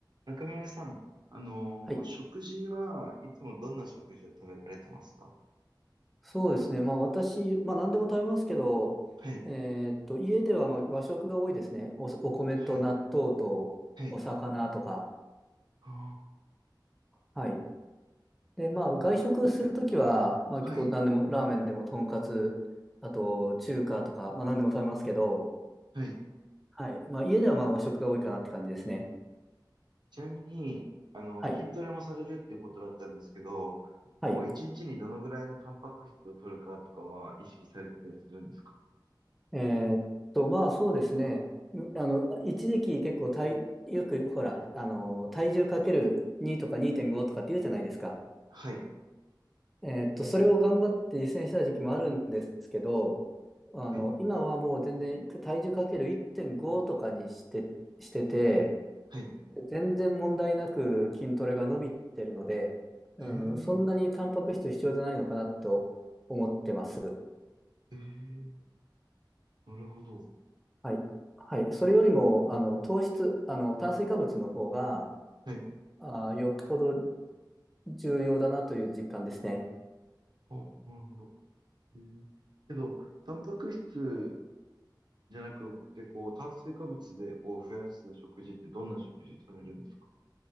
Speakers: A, on the right (about 65°); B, in the centre.
A: 中村さん、あのー食事はいつもどんな食事を食べられてますか
B: はい、そうですね。まあ私、まあ何でも食べますけど、
A: はい、
B: えーっと、家ではまあ和食が多いですね。お、お米と納豆とお魚とか。
A: はい、はい。あ
B: はい。で、まあ外食するときは、
A: ーあー
B: まあ結構何でも、
A: はい、
B: ラーメンでもとんかつ、あと中華とか、まあ何でも食べますけど、
A: はい。
B: はい。まあ家ではまあ和食が多いかなって感じですね。
A: ちなみに、あの、
B: はい。
A: 筋トレもされるっていうことだったんですけど、
B: はい。
A: こう、一日にどのぐらいのタンパク質を取るかとかは意識されてたりするんですか
B: えーっと、まあそうですね。むあの、一時期結構体、よくほら、あの、体重かける2とか2.5とかって言うじゃないですか。
A: はい、
B: えーっと、それを頑張って実践した時期もあるんですけど、あの、
A: はい、
B: 今はもう全然体重かける1.5とかにして、してて、
A: はい。
B: 全然問題なく筋トレが伸びてるので、うん、
A: えー、
B: そんなにタンパク質必要じゃないのかなと思ってます。
A: えー、なるほど。
B: はい。はい。それよりも、あの、糖質、あの、炭水化物の方が、
A: はい。
B: あー、よっぽど重要だなという実感ですね。
A: あ、なるほど。えーけど、タンパク質じゃなくて、こう、炭水化物で、を増やす食事ってどんな食事されるんですか